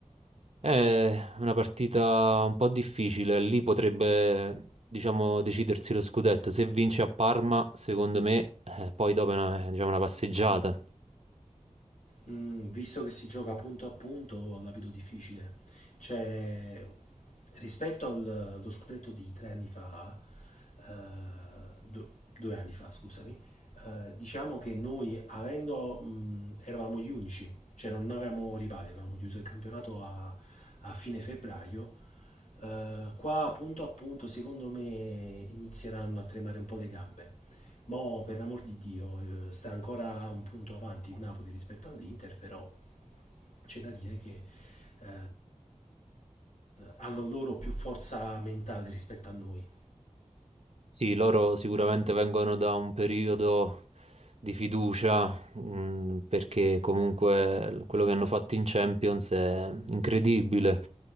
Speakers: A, on the right (about 60°); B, on the left (about 80°).
A: è una partita un po' difficile, lì potrebbe, diciamo, decidersi lo scudetto. Se vince a Parma, secondo me, eh, poi dopo è una, è, diciamo, una passeggiata.
B: Mm, visto che si gioca punto a punto, la vedo difficile. Cioè, rispetto al- allo scudetto di tre anni fa, eh, du- due anni fa, scusami, eh, diciamo che noi avendo, mm, eravamo gli unici, cioè non avevamo rivali, avevamo chiuso il campionato a, a fine febbraio eh, qua appunto appunto secondo me inizieranno a tremare un po' le gambe. Mo' per l'amor di Dio eh, sta ancora un punto avanti il Napoli rispetto all'Inter, però c'è da dire che eh, hanno loro più forza mentale rispetto a noi.
A: Sì, loro sicuramente vengono da un periodo di fiducia, mh, perché comunque l- quello che hanno fatto in Champions è incredibile.